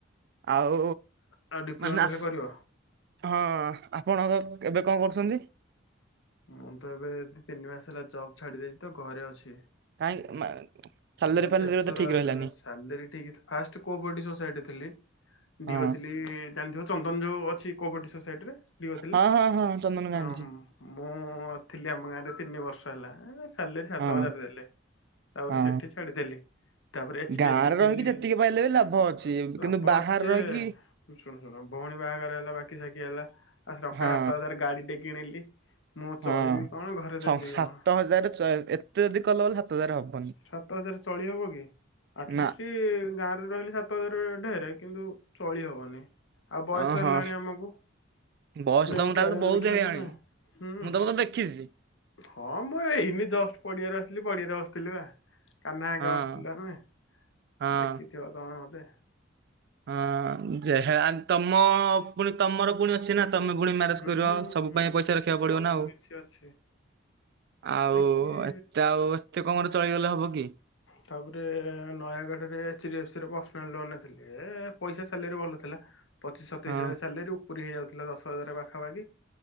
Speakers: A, on the right (about 55°); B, on the left (about 75°).
A: ଆଉ
B: ଆଉ ଡିପ୍ଲୋମା
A: ମାନେ
B: ତାହେଲେ କରିବ
A: ହଁ। ଆପଣ ଏବେ ଏବେ କଣ କରୁଛନ୍ତି?
B: ମୁଁ ତ ଏବେ ଦି ତିନି ମାସ ହେଲା ଜବ୍ ଛାଡି ଦେଇଛି ତ ଘରେ ଅଛି।
A: କାହିଁକି ମା ସାଲେରୀ
B: ଇଏ
A: ଫାଲେରୀ
B: ପେସର୍
A: ବୋଧେ ଠିକ
B: ଆ
A: ରହିଲାନି
B: ହେଲା ସାଲାରୀ ଠିକ୍ ଫାଷ୍ଟ କୋପରେଟିଭ ସୋସାଇଟିରେ ଥିଲି
A: ହଁ
B: ଡି ଓ ଥିଲି ଜାଣିଥିବ ଚନ୍ଦନ ଯୋଉ ଅଛି କୋପରେଟିଭ ସୋସାଇଟିରେ ଡିଓ ଥିଲା
A: ହଁ-ହଁ-ହଁ ଚନ୍ଦନକୁ
B: ହଁ
A: ମୁଁ ଜାଣିଛି।
B: ମୁଁ ଥିଲି ଆମ ଗାଁରେ ତିନି ବର୍ଷ ହେଲା ସାଲେରୀ ସାତ
A: ହଁ
B: ହଜାର ଦେଲେ ତାପରେ
A: ହଁ
B: ସେଠି ଛାଡିଦେଲି ତାପରେ ଏଚ
A: ଗାଁରେ
B: ଡି ଏଫ ସି ରେ
A: ରହିକି
B: ଥିଲି
A: ଯେତିକି ପାଇଲେ ବି ଲାଭ ଅଛି କିନ୍ତୁ
B: ଲାଭ
A: ବାହାରେ
B: ଅଛି ଯେ
A: ରହିକି
B: ଶୁଣ ଶୁଣ ଭଉଣୀ ବାହାଘର ହେଲା ବାକି ସାକି ହେଲା ଆ ଟଙ୍କା
A: ହଁ
B: ସାତ ହଜାର ଗାଡ଼ିଟେ କିଣିଲି ମୁଁ ଚଳିବି
A: ହଁ
B: କଣ ଘରେ ଦେବି
A: ଛଅ ସାତ
B: କଣ
A: ହଜାର ଏତେ ଯଦି କଲବଲ ସାତ ହଜାର ହବ
B: ସାତ ହଜାରରେ ଚଳି ହବ କି? ଆଟଲିଷ୍ଟ
A: ନା
B: ଗାଁରେ ରହିଲେ ସାତ ହଜାର ଢେରେ କିନ୍ତୁ ଚଳି ହବନି, ଆଉ ବୟସ
A: ଓହଁ
B: ହେଲାଣି ଆମକୁ
A: ବୟସ
B: ପୁଣି
A: ତମକୁ
B: ଆମ
A: ତାହେଲେ
B: କ୍ୟାରିୟର
A: ବହୁତ
B: ଦେଖିବା
A: ହେଇଗଲାଣି
B: ନା ନାଇଁ ହୁଁ।
A: ମୁଁ ତମକୁ ତ ଦେଖିଛି
B: ହଁ ମୁଁ ଏଇନେ ଜଷ୍ଟ ପଡିଆରେ ଆସିଲି ପଡିଆରେ ବସି ଥିଲି ବା, କାହ୍ନା ହେଙ୍କା
A: ହଁ
B: ବସିଥିଲୁ ଆମେ
A: ହଁ
B: ଦେଖିଥିବ ତମେ ମତେ।
A: ହଁ ଯେହେ ଆ ତମ ପୁଣି ତମର ପୁଣି ଅଛି ନା ତମେ ପୁଣି ମ୍ୟାରେଜ
B: ହୁଁ
A: କରିବ
B: ହୁଁ
A: ସବୁ
B: ହୁଁ
A: ପାଇଁ ପଇସା
B: ହୁଁ
A: ରଖିବାକୁ
B: ସବୁ
A: ପଡିବ ନା ଆଉ।
B: କିଛି ଅଛି
A: ଆଉ
B: ଦେଖିକି
A: ଏତେ ଆଉ ଏତେ କମରେ ଚଳିଗଲେ ହବ କି?
B: ତାପରେ ନୟାଗଡ଼ରେ ଏଚ ଡି ଏଫ ସି ରେ ପର୍ସନାଲ ଲୋନ ଥିଲି ଏ ପଇସା ସାଲାରୀ ଭଲ ଥିଲା, ପଚିଶ ସତେଇଶ
A: ହଁ
B: ହଜାର ସାଲାରୀ ଉପୁରି ହେଇଯାଉଥିଲା ଦଶ ହଜାର ପା ପାଖାପାଖି,